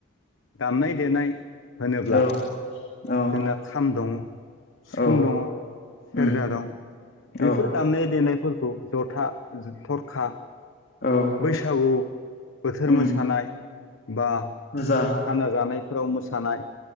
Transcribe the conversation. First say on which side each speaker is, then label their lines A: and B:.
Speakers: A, on the left; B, on the left.
A: दामनाय देनाय होनोब्ला
B: औ औ
A: जोंना खाम दं सिफुं
B: औ
A: दङ सेरजा
B: उम
A: दं
B: औ
A: बेफोर दामनाय देनायफोर खौ जथा थरखा
B: औ
A: बैसागु बोथोर
B: उम
A: मोसानाय बा
B: बुरजा
A: खाना जानाय फोराव मोसानाय